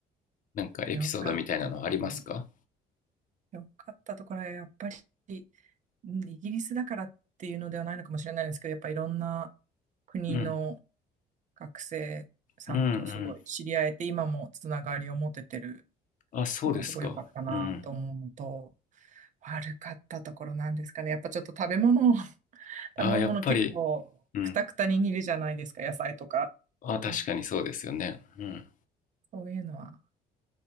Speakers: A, on the left; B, on the right.
A: なんかエピソードみたいなのありますか、
B: い。よかったところ。よかったところは、やっぱり、うんイギリスだからっていうのではないのかもしれないですけど、やっぱいろんな国の
A: うん、
B: 学生さんとすごい知り合えて、
A: うんうん
B: 今もつながりを持ててる
A: あそうですかうん
B: っていうのはすごい良かったなと思うのと、悪かったところなんですかね。やっぱちょっと食べ物、<laughs> 食
A: あやっぱり
B: べ物結構クタクタに煮るじゃないですか、
A: うん
B: 野菜とか。
A: あ確かにそうですよねうん
B: うんそういうのは、